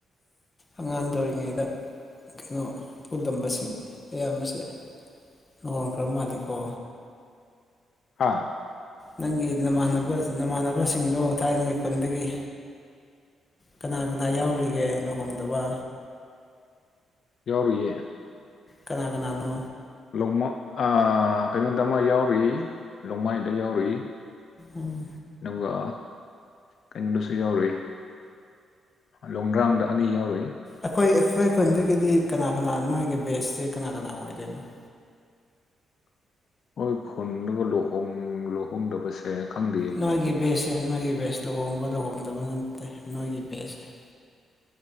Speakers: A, on the left; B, on the left.
A: ꯑꯉꯥꯡ ꯇꯣꯔꯤꯉꯩꯗ ꯀꯩꯅꯣ ꯄꯨꯜꯂꯝꯕꯁꯤꯡ ꯑꯌꯥꯝ ꯑꯁꯦ ꯑꯗꯨꯒꯈ ꯃꯥꯜꯂꯤꯀ
B: ꯍꯥ
A: ꯅꯪꯒꯤ ꯅꯃꯥꯟꯅꯕ ꯅꯃꯥꯟꯅꯕꯁꯤꯡꯗꯣ ꯊꯥꯏꯅꯒꯤ ꯈꯨꯟꯗꯒꯤ ꯀꯅꯥ ꯀꯅꯥ ꯌꯥꯎꯔꯤꯒꯦ ꯂꯨꯍꯣꯡꯗꯕ
B: ꯌꯎꯔ ꯌꯦ
A: ꯀꯅꯥ ꯀꯅꯥꯅꯣ
B: ꯂꯣꯡꯃ ꯀꯩꯅꯣꯗ ꯑꯃ ꯌꯥꯎꯔꯤꯏ ꯅꯣꯡꯃꯥꯏꯗ ꯌꯥꯎꯔꯤꯏ
A: ꯎꯝ
B: ꯏꯀ ꯀꯩꯅꯣꯗꯁꯨ ꯌꯥꯎꯔꯛꯏ ꯂꯣꯡꯗ꯭ꯔꯥꯡꯗ ꯑꯅꯤ ꯌꯥꯎꯔꯛꯏ
A: ꯑꯩꯈꯣꯏ ꯑꯩꯈꯣꯏ ꯈꯨꯟꯗꯒꯤꯗꯤ ꯀꯅꯥ ꯀꯅꯥ ꯅꯣꯏꯒꯤ ꯕꯦꯁꯁꯦ ꯀꯅꯥ ꯀꯅꯥ ꯑꯣꯏꯗꯣꯏꯅꯣ
B: <unintelligible> ꯍꯣꯏ ꯈꯨꯟꯗꯨ ꯂꯨꯍꯣꯡ ꯂꯨꯍꯣꯡꯗꯕꯁꯦ ꯈꯪꯗꯦꯌꯦ
A: ꯅꯒꯤ ꯦ ꯍꯣ ꯂꯧꯍꯣꯡꯗꯕ ꯅꯠꯇꯦ ꯅꯣꯏꯒꯤ ꯕꯦꯁꯁꯦ